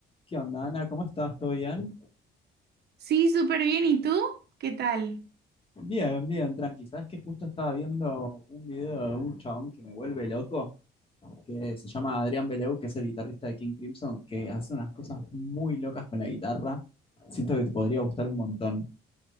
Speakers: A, on the left (about 30°); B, on the right (about 65°).
A: ¿Qué onda, Ana? ¿Cómo estás? ¿Todo bien?
B: Sí, súper bien. ¿Y tú? ¿Qué tal?
A: Bien, bien, tranqui. Sabes que justo estaba viendo un video de un chabón que me vuelve loco, que se llama Adrián Beleu, que es el guitarrista de King Crimson, que hace unas cosas muy locas con la guitarra. Siento que te podría gustar un montón.